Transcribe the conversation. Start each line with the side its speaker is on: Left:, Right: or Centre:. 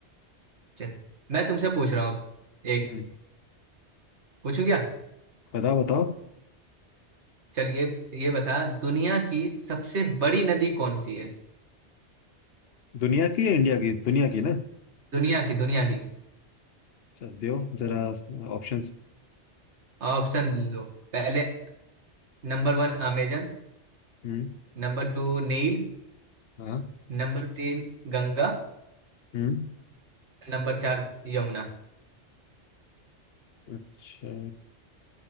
Right: चलो मैं तुमसे पूछ रहा हूँ अब एक
Left: हम्म
Right: पूछूं क्या
Left: बताओ बताओ
Right: चल ये ये बता दुनिया की सबसे बड़ी नदी कौन सी है
Left: दुनिया की या इंडिया की दुनिया की ना
Right: दुनिया की दुनिया की
Left: अच्छा दियो जरा ऑप्शंस
Right: ऑप्शन लो पहले number one Amazon
Left: हम्म
Right: Number two Nile
Left: हाँ
Right: Number तीन गंगा
Left: हम्म
Right: नंबर चार यमुना
Left: अच्छा